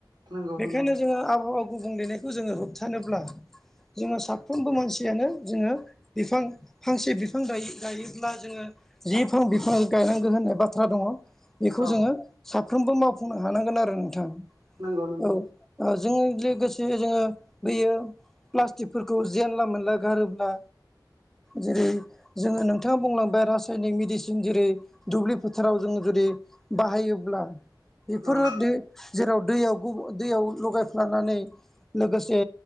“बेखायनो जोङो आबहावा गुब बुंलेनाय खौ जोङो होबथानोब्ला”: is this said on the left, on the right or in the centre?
Centre